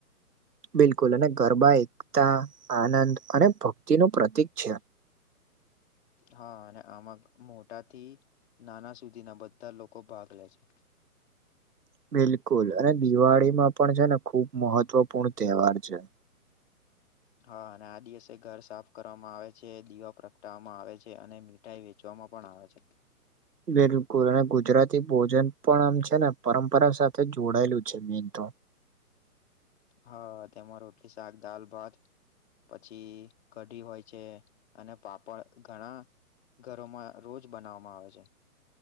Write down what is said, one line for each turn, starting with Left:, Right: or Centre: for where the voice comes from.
Right: બિલકુલ અને ગરબા એકતા, આનંદ અને ભક્તિનું પ્રતીક છે.
Left: હા અને આમાં મો ટાથી નાના સુધીના બધા લોકો ભાગ લે છે.
Right: બિલકુલ અને દિવાળીમાં પણ છે ને ખૂબ મહત્વપૂર્ણ તહેવાર છે.
Left: હા અને આ દિવસે ઘર સાફ કરવામાં આવે છે દીવ પ્રગટાવવામાં આવે છે અને મીઠાઈ વેચવામાં માં પણ આવે છે.
Right: બિલકુલ અને ગુજરાતી ભોજન પણ આમ છે ને પરંપરા સાથે જોડાયેલું છે મેન તો.
Left: હા તેમાં રોટલી, શાક, દાલ, ભાત પછી કઢી હોય છે અને પાપડ ઘણા ઘરોમાં રોજ બનાવવામાં આવે છે.